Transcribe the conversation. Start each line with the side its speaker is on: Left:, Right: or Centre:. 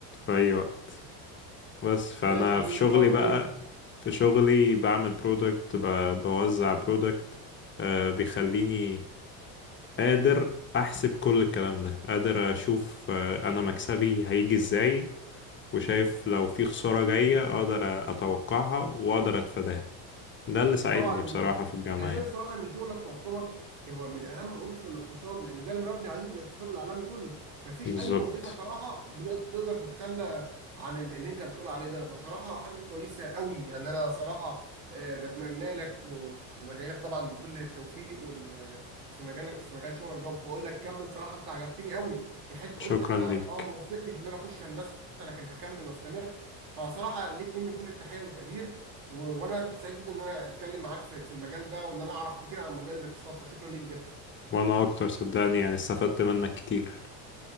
Left: في أي وقت بس فانا
Right: ماشي يا حبيبي
Left: في شغلي
Right: اه وبعدين
Left: بقى في شغلي بعمل برودكت بوزع برودكت بيخليني قادر احسب كل الكلام ده قادر اشوف آه، انا مكسبي هيجي ازاي وشايف لو في خسارة جاية اقدر اتوقعها واقدر اتفاداها ده اللي ساعدني
Right: طبعا
Left: بصراحة في الجامعة
Right: انا شايف
Left: يعني
Right: صراحه ان شغلك تعتبر هو من اهم اسس الاقتصاد لان ده المبني عليه الاقتصاد العالمي كله مفيش
Left: بالظبط
Right: اي وظيفه صراحه بن- تقدر تتخلى عن ال- اللي انت بتقول عليه ده فصراحه حاجه كويسه قوي يعني انا صراحه آه، بتمنى لك و- وبدعي لك طبعا بكل التوفيق وال في مجالك في مجال شغلك ده وبقول لك كمل صراحه انت عجبتني قوي من حيث قلت
Left: شكرا
Right: ان انا
Left: ليك
Right: اه ما وفقتش ان انا اخش هندسه لكن هكمل واستمر فصراحه ليك مني كل التحيه والتقدير و- وانا كنت سعيد ان انا اتكلم معاك في في المجال ده وان انا اعرف كتير عن مجال الاقتصاد فشكرا ليك جدا
Left: وانا اكتر صدقني يعني استفدت منك كتير